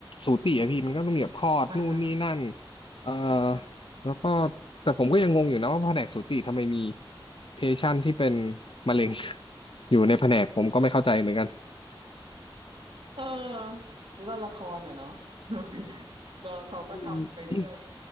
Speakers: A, on the left; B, on the right.
A: สูติอะพี่มันก็ต้องมีแบบคลอดนู่นนี่นั่น
B: อ่าฮะ
A: เอ่อแล้วก็แต่ผมก็ยังงงอยู่นะว่าแผนกสูติทำไมมีเพชันที่เป็นมะเร็ง <laughs> อยู่ในแผนกผมก็ไม่เข้าใจเหมือนกัน
B: เออแล้วก็ละครอ่ะเนาะ <laughs> ก็เขาก็ทำไปเรื่อย
A: อืม